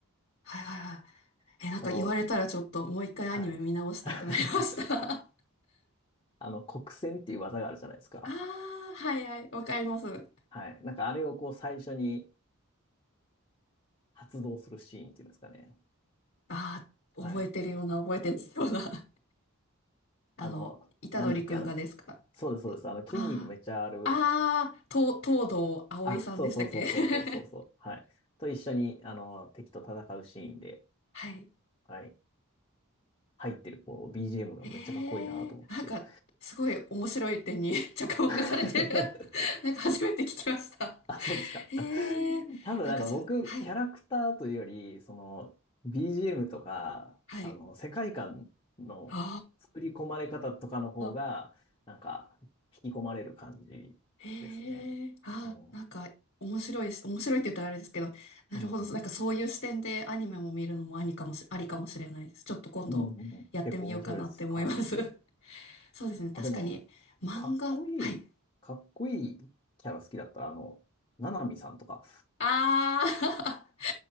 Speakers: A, on the left; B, on the left.
A: はいはいはい。え、なんか言われたらちょっともう一回アニメ見直したくなりました。
B: この、はい。<laughs>
A: <laughs>
B: あの、黒閃っていう技があるじゃないですか。
A: ああ、はいはい、わかります。
B: はい。なんかあれをこう最初に発動するシーンっていうんですかね。
A: ああ、
B: はい。
A: 覚えてるような、覚えてるような。<laughs> あの、
B: あの、
A: 虎杖くんがですか
B: なんだっけ、あの、そうです、そうです。あの、筋肉めっちゃある。
A: ああ、ああ、と、東堂葵さんでしたっけ
B: あ、そうそうそうそうそうそうそう。
A: <laughs>
B: はい。と一緒に、あの、敵と戦うシーンで、
A: はい。
B: はい。入ってる、こう、BGM がめっちゃかっこいいなと思って。
A: ええなんか、すごい面白い点に <laughs> 着目されてる。
B: <laughs>
A: なんか初めて聞きました。
B: あ、そうですか。
A: ええなんかちょっと、
B: <laughs> 多分なんか僕、
A: はい、
B: キャラクターというより、その、BGM とか、
A: はい。
B: あの、世界観の作り込まれ方とかの方が、
A: ああ。
B: なんか、引き込まれる感じですね。
A: へえ、あ、
B: うん。
A: なんか面白いし、面白いって言ったらあれですけど、なるほど、
B: うん。
A: なんかそういう視点でアニメも見るのもありかもし、
B: うん
A: ありかもしれないです。ちょっと今度やってみようかなって思います。
B: うんうん結構面白いです。はい。
A: <laughs> そうですね、確かに漫画、
B: あ、でも、かっこいい、
A: はい。
B: かっこいいキャラ好きだったら、あの、ななみさんとか、
A: あ